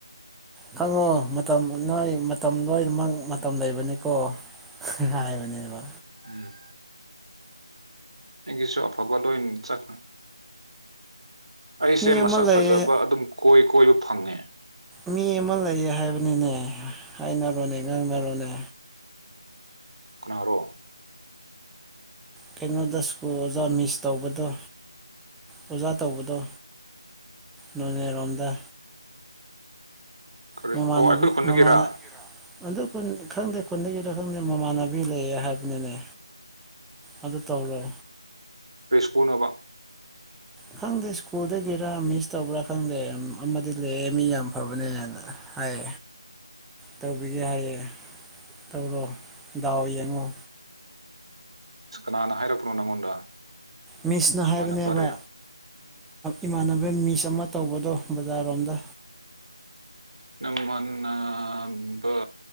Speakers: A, in the centre; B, on the right.
A: ꯈꯪꯉꯣ ꯃꯇꯝ ꯅꯣꯏ ꯃꯇꯝ ꯂꯣꯏꯅꯃꯛ ꯃꯇꯝ ꯂꯩꯕꯅꯤꯀꯣ ꯍꯥꯏ ꯃꯅꯤꯕ
B: ꯎꯝ ꯒꯤꯁꯨ ꯑꯐꯕ ꯂꯣꯏ ꯆꯥꯛ ꯅ ꯑꯩꯁꯦ
A: ꯃꯤ
B: ꯃꯁꯛ
A: ꯑꯃ ꯂꯩꯌꯦ
B: ꯐꯖꯕ ꯑꯗꯨꯝ ꯀꯣꯏ ꯀꯣꯏꯕ ꯐꯪꯉꯦ
A: ꯃꯤ ꯑꯃ ꯂꯩꯌꯦ ꯍꯥꯏꯕꯅꯤꯅꯦ ꯍꯥꯏꯅꯔꯣꯅꯦ ꯉꯥꯡꯅꯔꯣꯅꯦ
B: ꯀꯅꯔꯣ
A: ꯀꯩꯅꯣꯗ ꯁ꯭ꯀꯨꯜ ꯑꯣꯖꯥ ꯃꯤꯁ ꯇꯧꯕꯗꯣ ꯑꯣꯖꯥ ꯇꯧꯕꯗꯣ ꯅꯅꯦ ꯔꯣꯝꯗꯥ
B: ꯀꯔꯤ
A: ꯃꯃꯥꯟꯅꯕꯤ
B: ꯑꯣ ꯑꯩꯈꯣꯏ ꯈꯨꯟꯗꯒꯤꯔꯥ
A: ꯃꯃꯥꯅ ꯑꯗꯨ ꯑꯩ ꯈꯪꯗꯦ ꯈꯨꯟꯗꯒꯤꯔ ꯈꯪꯗ ꯃꯃꯥꯟꯅꯕꯤ ꯂꯩꯌꯦ ꯍꯥꯏꯕꯅꯤꯅꯦ ꯑꯗꯨ ꯇꯧꯔꯣ
B: ꯄꯨꯅꯕ
A: ꯈꯪꯗꯦ ꯁ꯭ꯀꯨꯜꯗꯒꯤꯔ ꯃꯤꯁ ꯇꯧꯕ꯭ꯔꯥ ꯈꯪꯗꯦ ꯑꯃꯗꯤ ꯂꯩꯦ ꯃꯤ ꯌꯥꯝ ꯐꯕꯅꯦꯅ ꯍꯥꯏ ꯇꯧꯕꯤꯒꯦ ꯍꯥꯏꯌꯦ ꯇꯧꯔꯣ ꯗꯥꯎ ꯌꯦꯡꯉꯨ
B: ꯑꯁ ꯀꯅꯥꯅ ꯍꯥꯏꯔꯛꯄꯅꯣ ꯅꯪꯉꯣꯟꯗ
A: ꯃꯤꯁꯅ
B: ꯅꯃꯥꯟꯅꯕꯔ
A: ꯍꯥꯏꯕꯅꯦꯕ ꯏꯃꯥꯟꯅꯕ ꯃꯤꯁ ꯑꯃ ꯇꯧꯕꯗꯣ ꯕꯖꯥꯔꯔꯣꯝꯗ
B: ꯅꯃꯅꯕ